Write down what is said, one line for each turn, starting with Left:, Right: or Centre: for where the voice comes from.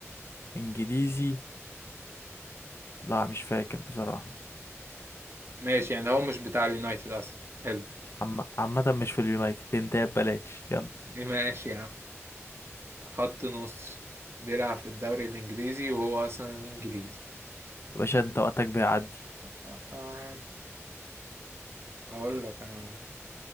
Left: انجليزي لا مش فاكر بصراحه
Right: ماشي يعني هو مش بتاع اليونايتد أصلا حلو
Left: عم- عامه مش في اليونايتد انت ببلاش يلا
Right: <laughs> ماشي يا عم خط نص بيلعب في الدوري الإنجليزي وهو أصلا إنجليزي
Left: يا باشا انت وقتك بيعدي
Right: آه، آه، هقول لك أنا